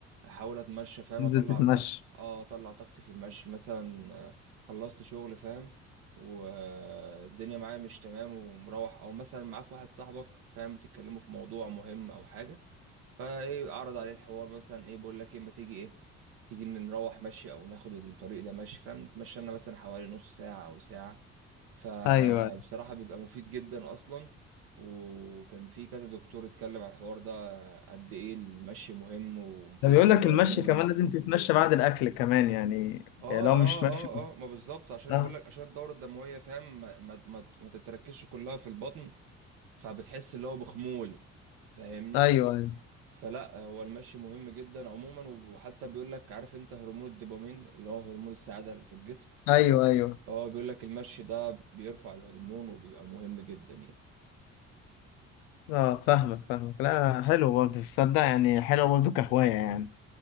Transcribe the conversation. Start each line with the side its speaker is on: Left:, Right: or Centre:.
Right: احاول اتمشى فاهم
Left: تنزل
Right: اطلع
Left: تتمشى
Right: اه آه، اطلع طاقتي في المشي مثلا آه، خلصت شغل فاهم والدنيا معايا مش تمام ومروح او مثلا معاك واحد صاحبك فاهم بتتكلموا في موضوع مهم او حاجه فايه اعرض عليه الحوار مثلا ايه بقول لك ايه ما تيجي ايه تيجي إن نروح مشي او ناخد الطريق ده مشي فاهم نتمشى لنا مثلا حوالي نص ساعة او ساعة فبصراحة
Left: أيوه
Right: بيبقى مفيد جدا اصلا وكان في كذا دكتور اتكلم على الحوار ده قد ايه المشي مهم ومفيد
Left: ده بيقول
Right: للدورة
Left: لك المشي
Right: الدموية
Left: كمان لازم تتمشى بعد الأكل كمان يعني
Right: اه
Left: يعني لو
Right: اه
Left: مش
Right: اه
Left: ماشي
Right: اه ما بالظبط عشان
Left: أه
Right: بقول لك عشان الدورة الدموية فاهم ما ما ما ما تتركزش كلها في البطن فبتحس اللي هو بخمول فاهمني
Left: أيوه أيوه
Right: فلا هو المشي مهم جدا عموما وحتى بيقول لك عارف انت هرمون الدوبامين اللي هو هرمون السعادة اللي في الجسم
Left: أيوه أيوه.
Right: اه بيقول لك المشي ده بيرفع الهرمون وبيبقى مهم جدا يعني
Left: أه فاهمك فاهمك لا حلو برضه تصدق يعني حلو برضه كهواية يعني